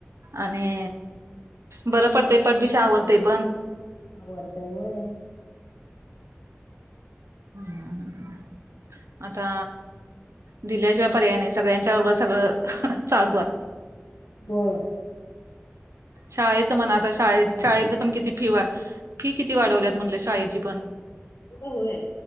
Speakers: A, on the right (about 80°); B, on the left (about 65°).
A: आणि बरं पडतय पटदश आवरते पण.
B: ह वरतायवय.
A: हम्म हम् हम् आता. दिल्याशिवाय पर्याय नाही सगळ्यांच्या बरोबर सगळं चालू आहे.
B: बर.
A: शाळेच म्हण आता
B: करायचं
A: शाळ
B: आणि काय
A: शाळेत
B: नाही.
A: पण किती फिवा फी किती वाढवल्यात म्हटले शाळेची पण.
B: हो होय